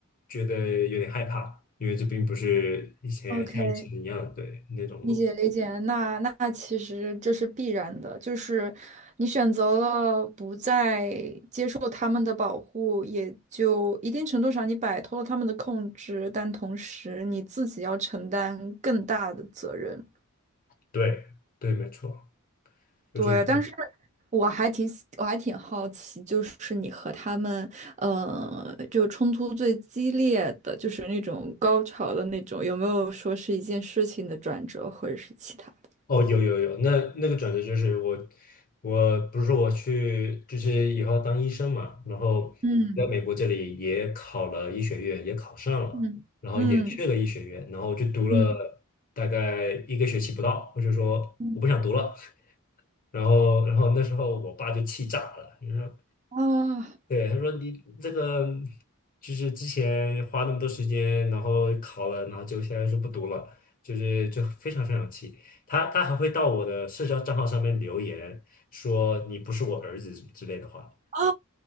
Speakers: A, on the left; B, on the right.
A: 觉得有点害怕，因为这并不是以前像以前一样对那种路。
B: ，OK。理解理解，那那其实这是必然的，就是你选择了不再接受他们的保护，也就一定程度上你摆脱了他们的控制，但同时你自己要承担更大的责任。
A: 对对，没错，我觉得
B: 对，但是我还挺喜我还挺好奇，就是你和他们，呃，就冲突最激烈的，就是那种高潮的那种，有没有说是一件事情的转折，或者是其他的？
A: 哦，有有有，那那个转折就是我，我不是说我去，就是以后要当医生嘛，然后我在美国这里也考了医学院，
B: 嗯
A: 也考上了，
B: 嗯。
A: 然后也去了医学院，
B: 嗯，
A: 然后就读了大概一个学期不到，
B: 嗯
A: 我就说我不想读了，
B: 嗯
A: <laughs> 然后然后那时候我爸就气炸了，说。
B: 啊
A: 对，他说你这个就是之前花那么多时间，然后考了，然后就现在说不读了，就是就非常非常气。他他还会到我的社交账号上面留言说你不是我儿子之类的话。
B: 啊